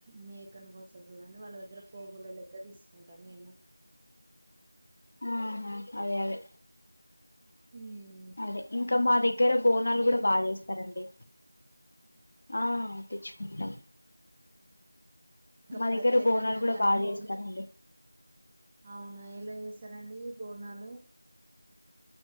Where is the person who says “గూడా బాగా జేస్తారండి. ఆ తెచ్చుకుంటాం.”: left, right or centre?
Left